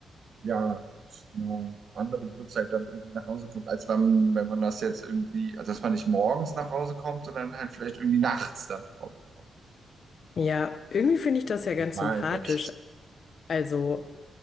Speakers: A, on the right (about 60°); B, on the left (about 55°).
A: ja zu einer anderen Uhrzeit dann irgendwie nach Hause kommt, als wenn, wenn man das jetzt irgendwie, also dass man nicht morgens nach Hause kommt, sondern halt vielleicht irgendwie nachts dann nach Hause kommt.
B: Ja, irgendwie finde ich das ja ganz
A: Mal,
B: sympathisch.
A: sag ich.
B: Also,